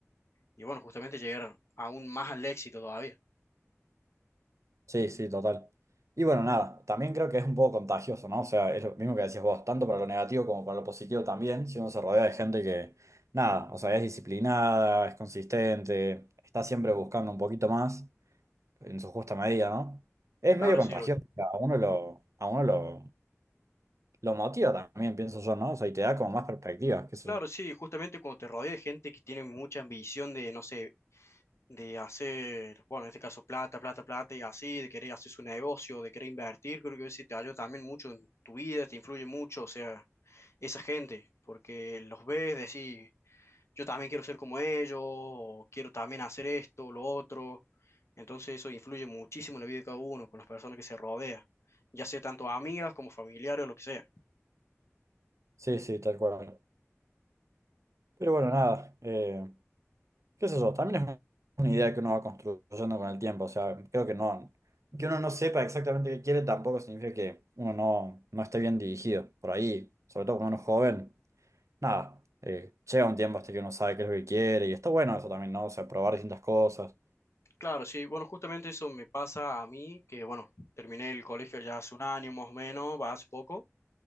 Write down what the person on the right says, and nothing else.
Sí, sí, total. Y bueno, nada, también creo que es un poco contagioso, ¿no? O sea, es lo mismo que decías vos, tanto para lo negativo como para lo positivo también, si uno se rodea de gente que, nada, o sea, es disciplinada, es consistente, está siempre buscando un poquito más. en su justa medida, ¿no? Es
medio contagioso,
o sea, a uno lo, a uno lo, lo motiva también, pienso yo, ¿no? O sea, y te da como más perspectivas, qué sé
yo.
Sí, sí, tal cual. Pero bueno, nada, eh, qué sé yo, también es una idea que uno va construyendo con el tiempo, o sea, creo que no, que uno no sepa exactamente qué quiere tampoco significa que uno no, no esté bien dirigido. Por ahí, sobre todo cuando uno es joven, nada, eh, llega un tiempo hasta que uno sabe qué es lo que quiere y está bueno eso también, ¿no? O sea, probar distintas cosas.